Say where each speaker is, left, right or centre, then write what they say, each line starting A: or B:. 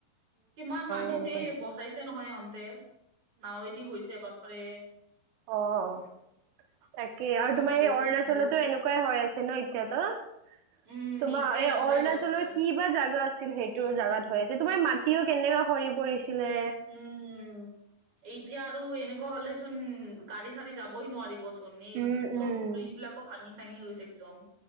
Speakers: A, on the right; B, on the right.
A: কিমান মানুহ
B: সেনেকুৱা
A: সেই বচাইছে নহয় ইহঁতে। নাৱেদি গৈছে বাপৰে।
B: অঁ তাকে
A: বা
B: আৰু তোমাৰ এই
A: বহুত
B: অৰুণাচলতো
A: বহুত
B: এনেকুৱাই হৈ আছে ন এতিয়াতো।
A: উম
B: তোমাৰ
A: এতিয়া
B: এই
A: এনেকুৱাই
B: অৰুণাচলৰ
A: হৈ আছে
B: কি বা জাগা আছে ছিল সেইটোৰ জাত হৈ আছে, তোমাৰ মাটিও কেনেকা সৰি পৰিছিলে।
A: উমঁ, এতিয়া আৰু এনেকুৱা হলে চোন গাড়ী-চাৰী যাবই নোৱাৰিব পনীৰ
B: উম উম।
A: চব ব্ৰিজবিলাকো ভাঙি-চাঙি গৈছে একদম।